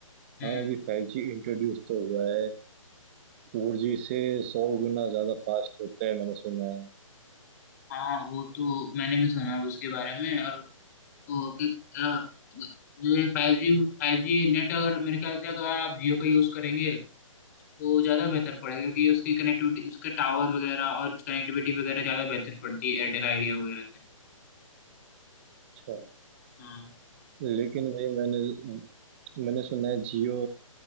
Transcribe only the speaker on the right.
हाँ अभी फाइव जी इंट्रोड्यूस तो हुआ है फोर जी से सौ गुना ज्यादा फास्ट होता है मैंने सुना है
अच्छा।
लेकिन भाई मैंने मैंने सुना है जियो